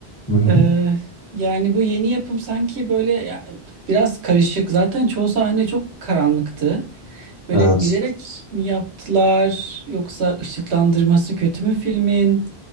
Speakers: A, on the left (about 25°); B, on the right (about 85°).
A: Hı hı.
B: e, yani bu yeni yapım sanki böyle ya, biraz karışık. Zaten çoğu sahne çok karanlıktı. Böyle
A: Evet.
B: bilerek mi yaptılar yoksa ışıklandırması kötü mü filmin?